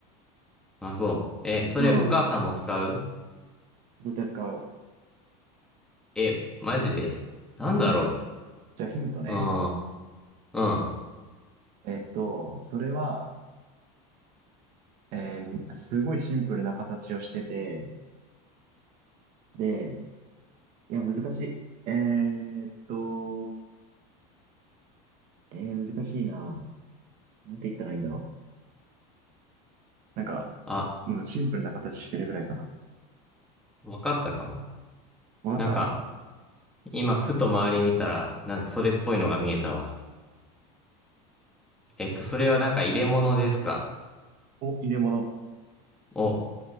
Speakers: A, in the centre; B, on the right (about 45°).
A: あ、そう。えー、それお母さんも使う
B: うん。絶対使う。
A: え、マジで。なんだろ
B: じゃあヒントね。
A: う。うん、うん。
B: えっと、それは、えーすごいシンプルな形をしてて、で、いや、難しい。えーっと、えー難しいな。なんて言ったらいいんだろう。なんか、
A: あ、
B: うん、シンプルな形してるぐらいかな。
A: わかったかも。
B: わかった
A: なんか、今、ふと周り見たら、なんかそれっぽいのが見えたわ。えっと、それはなんか入れ物ですか
B: お、入れ物。
A: お、